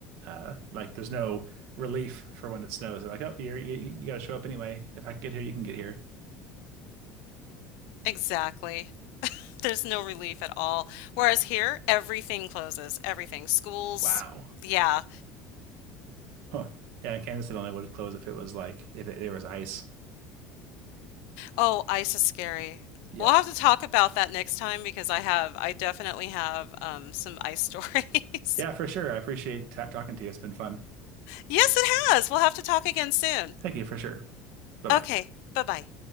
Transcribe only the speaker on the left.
exactly. There's no relief at all. Whereas here, everything closes, everything. Schools,
yeah.
Oh, ice is scary.
We'll have to talk about that next time because I have, I definitely have um, some ice <laughs> stories.
Yes, it has. We'll have to talk again soon.
Okay, bye bye.